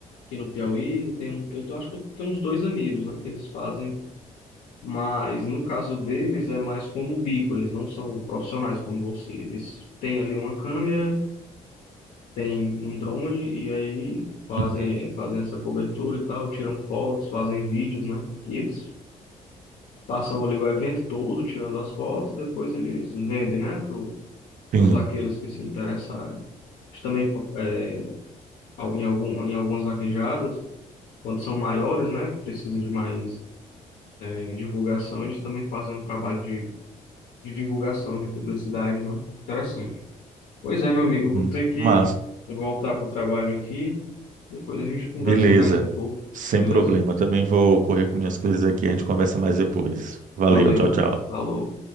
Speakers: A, on the left; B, on the right.
A: aqui no Piauí. Eu tenho, eu tenho- acho que eu tenho uns dois amigos, né, que eles fazem. Mas no caso deles é mais como bico, eles não são profissionais como você. Eles têm ali uma câmera, têm um drone e aí fazem,
B: Hum.
A: é, fazem essa cobertura e tal, tiram fotos, fazem vídeos, né? E eles passam ali o evento todo, tirando as fotos, depois eles vendem, né, para
B: Sim.
A: os vaqueiros que se interessarem. Eles Também é, em, algum, em algumas vaquejadas, quando são maiores, né, que precisam de mais é, divulgação, eles também fazem um trabalho de, de divulgação, de publicidade, né? Interessante. Pois é, meu amigo,
B: Uhum.
A: vou ter que
B: Mas,
A: voltar para o trabalho aqui. Depois a gente conversa
B: beleza.
A: mais um pouco,
B: Sem
A: beleza?
B: problema. Também vou correr com minhas coisas aqui. A gente conversa mais depois. Valeu,
A: Valeu,
B: tchau, tchau.
A: falou.